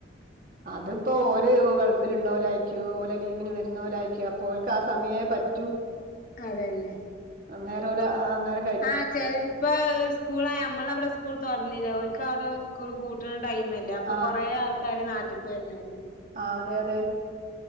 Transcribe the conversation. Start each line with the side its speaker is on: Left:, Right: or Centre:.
Right: അതിപ്പോ ഓരോ ഗൾഫിലുള്ളോലായിരിക്കും ഓലോ ലീവിന് വര്ണോലായിരിക്കും അപ്പോ ഓല്ക്ക് ആ സമയേ പറ്റൂ.
Left: അതെന്നെ
Right: അന്നേരോര് ആഹ് നേര
Left: ആഹ് ചെൽപ്പ സ്കൂളായ അമ്മളോവ്ടെ സ് സ്കൂൾ തുറന്നിലെ ഒൽക്കാടെ സ്കൂൾ പൂട്ടണെ ടൈം അല്ലേ അപ്പൊ
Right: ആഹ്
Left: കൊറേ ആൾക്കാര് നാട്ട്ക്ക് വര്ണോല്ണ്ട്
Right: ആഹ് അതെ അതെ